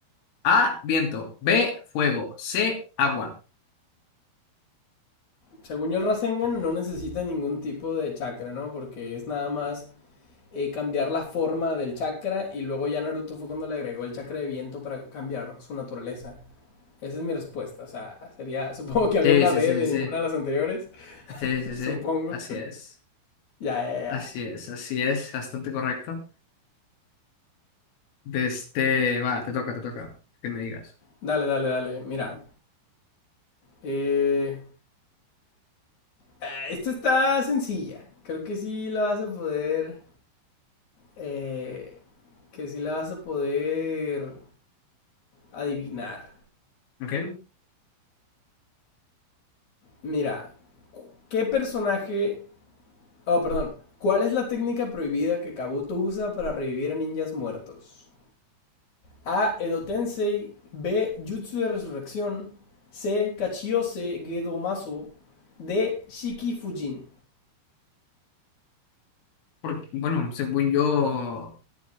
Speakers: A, on the left; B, on the left.
A: A, viento. B, fuego. C, agua.
B: Según yo, el Rasengan no necesita ningún tipo de chakra, ¿no? Porque es nada más eh, cambiar la forma del chakra y luego ya Naruto fue cuando le agregó el chakra de viento para cambiar su naturaleza. Esa es mi respuesta, o sea, sería, <laughs> supongo que había
A: Sí,
B: una
A: sí,
B: D
A: sí,
B: de
A: sí.
B: ninguna de las anteriores,
A: Sí,
B: <laughs>
A: sí,
B: supongo.
A: sí. Así es.
B: Ya, ya, ya.
A: Así es, así es. Bastante correcto. De este, va, te toca, te toca. Que me digas.
B: Dale, dale, dale. Mira, eh, ah, esta está sencilla. Creo que sí la vas a poder, eh, que sí la vas a poder adivinar.
A: Ok,
B: Mira, ¿qué personaje Oh, perdón. ¿Cuál es la técnica prohibida que Kabuto usa para revivir a ninjas muertos? A. Edo Tensei. B. Jutsu de resurrección. C. Kachiyose Gedomasu. D. Shiki Fujin.
A: porque, bueno, según yo,